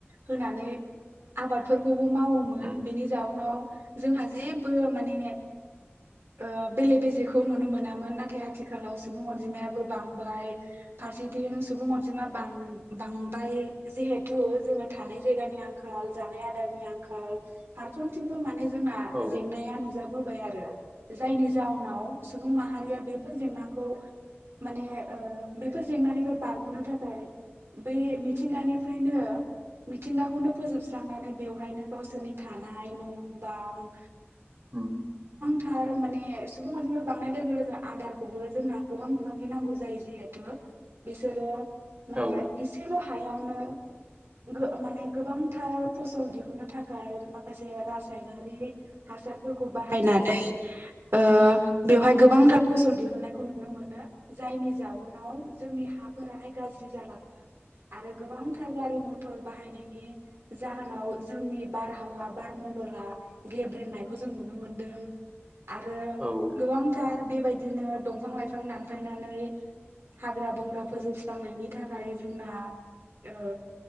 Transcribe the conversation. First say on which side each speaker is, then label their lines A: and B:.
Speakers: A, on the right; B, on the right.
A: होनानै आबादफोरखौ मावोमोन
B: उम
A: बिनि नाव जोंहा जेबो माने ओ बेले बेजेखौ नुनो मोनामोन नाथाय आथिखालाव सुबुं अनजिमायाबो बांबाय फारसेथिं सुबुं अनजिमा बां बांबाय जिहेथु जोङो थानाय जायगानि आंखाल जानाय आदारनि आंखाल फारफ्रोमथिंबो माने जोंना
B: औ
A: जेंनाया नु नुजा बोबाय आरो जायनि जाउनाव सुबुं माहारिया बेफोर जेंनाखौ माने ओ बेफोर जेंनानिफ्राय बारग'नो थाखाय बे मिथिंगानिफ्रायनो मिथिंगाखौनो फोजोबस्रांनानै बेवहायनो गावसोरनि थानाय न'-बां
B: उम।
A: थार माने सुबुं अनजिमा बांनाय लोगो लोगो आदारखौबो जोंना गोबां बिबांनि नांगौ जायो जिहेथु बिसोरो माने
B: औ
A: इसेल' हायावनो गो माने गोबांथार फसल दिहुनो थाखाय माखासे रासाय सायनारि हासार फोरखौ बाहायनानै ओ बेवहाय गोबांथार फसल दिहुनन्नायखौ नुनो मोनो जायनि जाउनाव जोंनि हाफोराहाय गाज्रि जालांङो आरो गोबांथार गारि मथर बाहायनायनि जाहोनाव जोंनि बार बार मन्दला गेब्रेंनायखौ जों नुनो मोनदों। आरो
B: औ औ
A: गोबांथार बेबायदिनो दंफां-लाइफां दानफायनानै हाग्रा-बंग्रा फोजोबस्रांनायनि थाखाय जोंना ओ